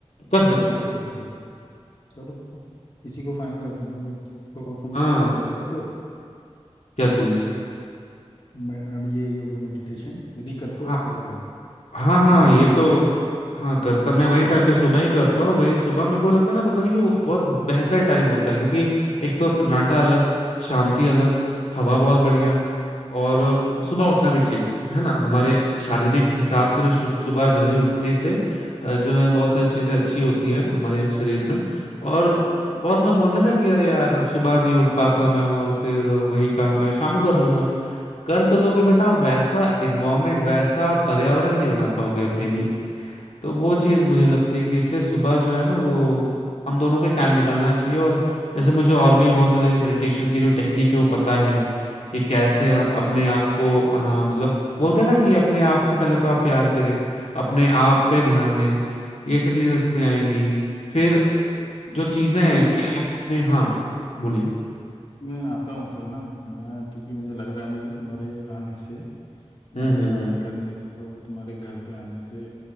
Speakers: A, on the left; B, on the left.
A: कर सकते
B: बिल्कुल
A: हैं
B: बिल्कुल चलो इसी को फाइनल करते हैं ना फिर तो तुम
A: हाँ
B: कब करते हो करते हो
A: क्या चीज
B: मैं- अम, ये योगा मेडिटेशन यदि करते हो
A: हाँ
B: अगर
A: हाँ
B: तो
A: हाँ
B: मैं
A: ये
B: उसी
A: तो
B: टाइम
A: हाँ करता
B: अलग
A: मैं वही
B: से
A: टाइम
B: टाइम
A: पे सुबह ही करता हूँ और वही सुबह मेरे को लगता है ना पता नहीं क्यों बहुत बेहतर टाइम होता है क्योंकि एक तो सन्नाटा अलग शांति अलग हवा बहुत बढ़िया और सुबह उठना भी ठीक है ना हमारे शारीरिक हिसाब से भी सु- सुबह जल्दी उठने से अ, जो है बहुत सारी चीजें अच्छी होती है हमारे शरीर में और बहुत लोग बोलते हैं ना कि अरे यार सुबह नहीं उठ पाता मैं और फिर वही काम मैं शाम को कर लूंगा कर तो लोगे बट आप वैसा इन्वायरमेंट वैसा पर्यावरण नहीं बना पाओगे अपने लिए तो वो चीज मुझे लगती है कि इसलिए सुबह जो है ना वो हम दोनों के टाइम निकालना चाहिए और जैसे मुझे और भी बहुत सारे मेडिटेशन की जो टेक्निक है वो पता है कि कैसे अपने
B: हाँ
A: आप को हाँ मतलब बोलते हैं ना कि अपने आप से पहले तो आप प्यार करें अपने आप पे ध्यान दें ये सब चीजें इसमें आएंगी फिर जो चीजें
B: मैं
A: हैं कि आपने हाँ बोलिए
B: मैं आता हूँ फिर ना मैं क्योंकि मुझे लग रहा है मुझे तुम्हारे आने से तुम्हारे
A: हम्म हम्म
B: साथ करने से और तुम्हारे घर पे आने से